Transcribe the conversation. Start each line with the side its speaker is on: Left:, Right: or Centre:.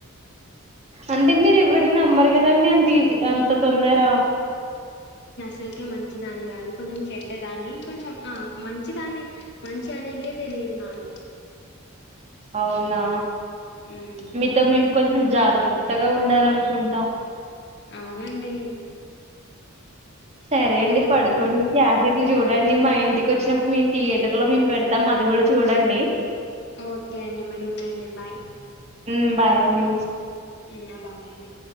Right: అంటే మీరు ఎవ్వరు నమ్మరు కదండి అంత ఈజీ అం అంత తొందరా
Left: అసలకే మంచిదాన్ని కాదు కొంచెం చెడ్డ దాన్ని కొంచెం ఆ మంచిదాన్ని మంచి అనేదే తెలీదు నాలో
Right: అవునా
Left: హ్మ్
Right: మీతో మేం కొం జాగ్రత్తగా ఉండాలనుకుంటాం
Left: అవునండి
Right: సరే అండి
Left: నాతో
Right: పడుకోండి
Left: ఉన్
Right: క్యాసీ చూడండి మా ఇంటికి వచ్చినప్పుడు మేము థియేటర్ లో మేము పెడతాం అది కూడా చూడండి.
Left: ఓకే అండి మరి ఉండండి బాయ్
Right: హ్మ్ బాయండి
Left: హ్మ్ బాయండి